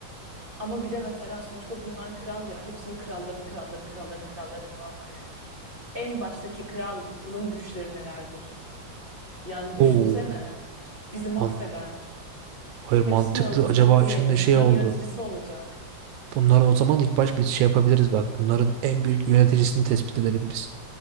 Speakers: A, on the right; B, on the right.
A: Ama bir de mesela sonuçta bunlar kral ya. Hepsinin kralların kralları, kralların kralları falan var yani. En baştaki kralın güçleri nelerdir? Yani düşünsene.
B: Oo,
A: Bizi mahveder.
B: man hayır
A: Hepsini
B: mantıklı.
A: öldürdük
B: Acaba
A: diyelim.
B: şimdi şey
A: Bunların
B: oldu.
A: yöneticisi olacak.
B: Bunların o zaman ilk baş biz şey yapabiliriz bak. Bunların en büyük yöneticisini tespit edelim biz.